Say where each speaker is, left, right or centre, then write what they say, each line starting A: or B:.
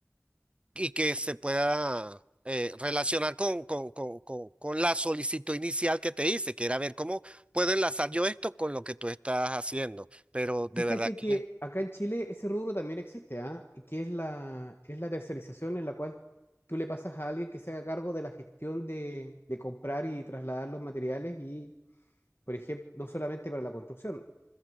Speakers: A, on the right (about 20°); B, on the left (about 45°).
A: y que se pueda eh, relacionar con, con, con- con- con la solicitud inicial que te hice, que era ver cómo puedo enlazar yo esto con lo que tú estás haciendo. Pero de
B: Fíjate
A: verdad que
B: que acá en Chile ese rubro también existe, ¿ah? Y Que es la, es la tercerización en la cual tú le pasas a alguien que se haga cargo de la gestión de, de comprar y trasladar los materiales y, por ejemplo, no solamente para la construcción